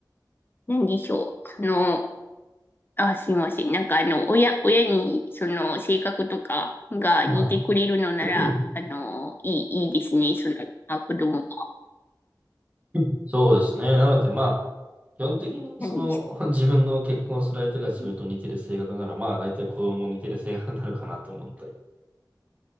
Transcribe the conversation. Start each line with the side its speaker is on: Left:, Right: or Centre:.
Left: なんでしょう。その、あ、すいません。なんかあの、親、親に、その、性格とかが似てくれるのなら、
Right: はい。
Left: あの、いい、いいですね。その、あ、子供が。
Right: <clears throat> そうですね。なので、まあ、基本的に、
Left: 何です
Right: その、<laughs> 自分の結婚する相手が自分と似てる性格なら、
Left: ね
Right: まあ、大体子供も似てる性格になるかなと思って。